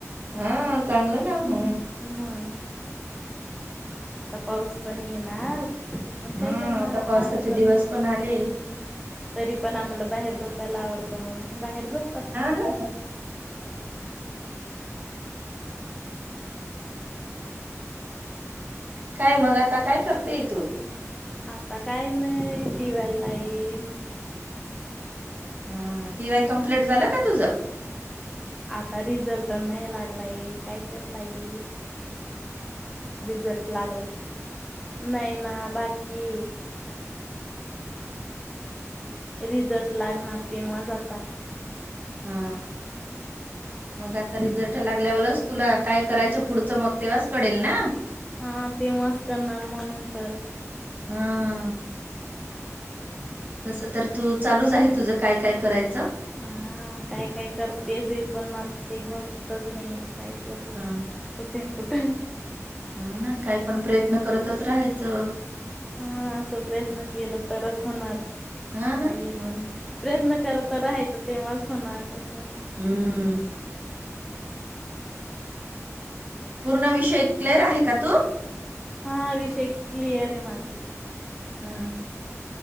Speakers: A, on the right (about 35°); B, in the centre.
A: हा चांगलं ना
B: मग
A: ह
B: आता पाऊस पण येणार पण
A: हा
B: काय करणार आता
A: पावसाचे
B: पण
A: दिवस आले
B: हम् तरी पण आम्हाला बाहेर दो ला आवडत मग बाहेर जा
A: हा ना काय मग आता काय करतेय तू
B: आता काही नाही टिवाय लाई
A: हा टी वाय कम्प्लीट झालं का तुझ
B: आता रिझल्ट नाही लागलाय काय करताई रिझल्ट लागला नाही ना बाकी रिझल्ट लागणार तेव्हा ज
A: हा मग आता रिझल्ट लागल्यावरच तुला काय करायचं पुढचं मग तेव्हाच कळेल ना?
B: हा तेंव्हाच कळणार म्हणून तर.
A: हा.
B: <inaudible>
A: तसं तर तू चालूच आहे तुझं काय काय करायच
B: हा काय काय करतेच आहे, पण आत ते होतच नाही, काय करू
A: हा
B: कुठे कुठ <inaudible>
A: हा ना काय पण प्रयत्न करतच राहायचं.
B: हा असं प्रयत्न केलं तरच होणार,
A: हा ना.
B: ताई
A: हा.
B: प्रयत्न करत राहायच तेव्हाच होणार असं.
A: हम्म, पूर्ण विषय क्लिअर आहे का तू?
B: हा विषय क्लिअर आहे माझे.
A: हा